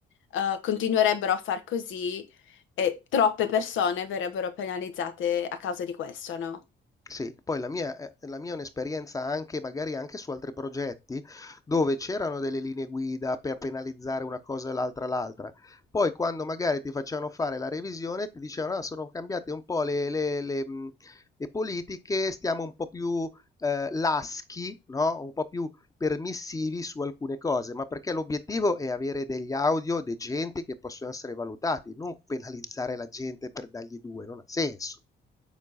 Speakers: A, on the left (about 80°); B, on the left (about 15°).
A: eh, continuerebbero a far così e troppe persone verrebbero penalizzate a causa di questo, no?
B: Sì, poi la mia è la mia è un'esperienza anche magari anche su altri progetti, dove c'erano delle linee guida per penalizzare una cosa e l'altra l'altra. Poi quando magari ti facevano fare la revisione ti dicevano: "Ah, sono cambiate un po' le le le mhmm, le politiche, stiamo un po' più, ehm, laschi, no, un po' più permissivi su alcune cose", ma perché l'obiettivo è avere degli audio decenti che possono essere valutati, non penalizzare la gente per dargli 2, non ha senso.